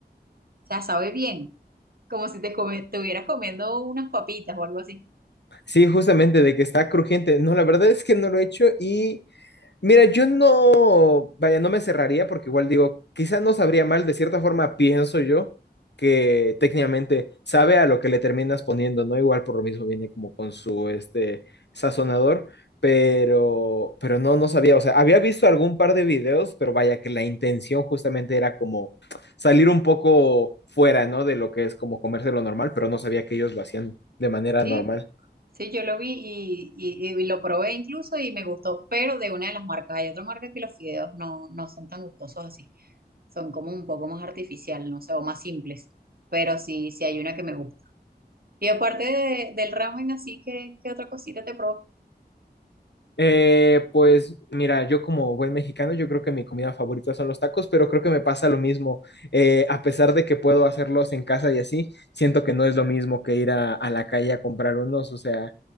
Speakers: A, on the right; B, on the left.
A: o sea, sabe bien, como si te, come- te hubieras comiendo unas papitas o algo así.
B: Sí, justamente de que está crujiente. No, la verdad es que no lo he hecho y... Mira, yo no, vaya, no me cerraría porque igual digo, quizás no sabría mal, de cierta forma pienso yo que técnicamente sabe a lo que le terminas poniendo, ¿no? Igual por lo mismo viene como con su este sazonador, pero pero no no sabía, o sea, había visto algún par de videos, pero vaya que la intención justamente era como salir un poco fuera, ¿no? De lo que es como comerse lo normal, pero no sabía que ellos lo hacían de manera
A: Sí,
B: normal.
A: Sí, yo lo vi y, y- y lo probé incluso y me gustó, pero de una de las marcas. Hay otra marca que los fideos no, no son tan gustosos así. Son como un poco más artificial, no sé, o más simples. Pero sí, sí hay una que me gusta. Y aparte de- del ramen, así que, ¿qué otra cosita te provoca?
B: Eh, pues mira, yo como buen mexicano, yo creo que mi comida favorita son los tacos, pero creo que me pasa lo mismo. Eh, a pesar de que puedo hacerlos en casa y así, siento que no es lo mismo que ir a, a la calle a comprar unos. O sea,